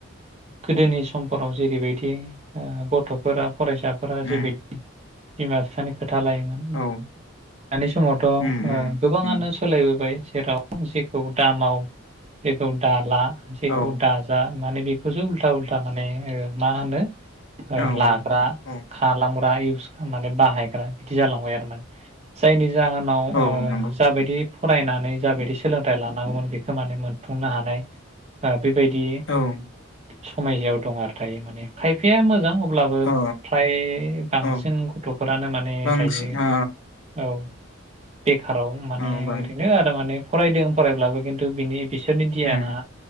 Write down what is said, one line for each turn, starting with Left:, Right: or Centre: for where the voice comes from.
Right: गोदोनि समफोराव जेरैबायदि गथ'फोरा फरायसाफोरा
Left: उम
Right: जेबे बिमा बिफानि खोथ थालायोमोन
Left: औ
Right: दानि समावथ'
Left: उम उम
Right: गोबाङानो
Left: नंगौ
Right: सोलायबोबाय। जेराव जेखौ दामाव जेखौ दाला जेखौ
Left: औ
Right: दाजा माने बेखौसो उल्था उल्था माने ओ मा होनो ओ
Left: औ
Right: लाग्रा
Left: औ
Right: खालमो बायिस माने बाहायग्रा बिदि जालांबाय आरो माने जायनि जाहोनाव
Left: औ
Right: ओ
Left: नंगौ
Right: जाबायदि फरायनानै जाबायदि सोलोंथाइ लानांगौमोन बेखौ माने मोनफुंनो हानाय ओ बेब बैदि
Left: औ
Right: समायसायाव दं आरो दायो माने खायफाया मोजां अब्लाबो
Left: अ
Right: फ्राय बां
Left: औ
Right: बांसिन गथ'फोरानो माने
Left: बांसिन
Right: थायो
Left: अ
Right: औ बेखाराव माने
Left: अ बां
Right: ओरैनो आरो माने फरायदों फरायब्लाबो खिन्थु बिनि, बिसोरनि दियाना
Left: उम